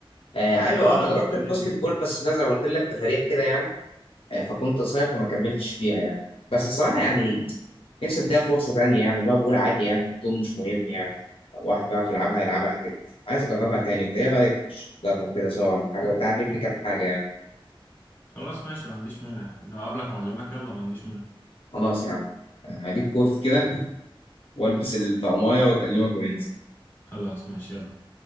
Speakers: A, on the left; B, on the left.
A: آه ايوه
B: انت اه
A: آه، انا
B: انت
A: جربت
B: قلت
A: الباسكت
B: لي
A: بول بس لا زي ما قلت لك تفاريح كده يعني آه، فكنت صايم فما كملتش فيها يعني بس الصراحة يعني نفسي اديها فرصة تانية يعني اللي هو بقول عادي يعني الطول مش مهم يعني لو واحد بيعرف يلعبها يلعبها حلو عايز اجربها تاني انت ايه رأيك تجرب كده سوا ولا حاجة وتعلمني كام حاجة يعني
B: خلاص ماشي ما عنديش مانع لو قبلك وأعلمك يلا ما عنديش مانع
A: خلاص يعني هجيب كورت كده والبس الطقمية واكلمك وننزل
B: خلاص ماشي يلا